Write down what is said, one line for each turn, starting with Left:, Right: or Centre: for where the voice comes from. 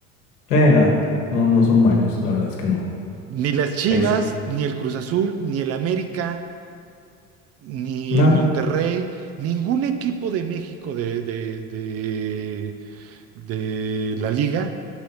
Left: eh, no, no, no son buenos, la verdad es que no.
Right: Ni las Chivas,
Left: Ahí sí.
Right: ni el Cruz Azul, ni el América, ni
Left: No,
Right: el Monterrey, ningún equipo de México de, de de- de la liga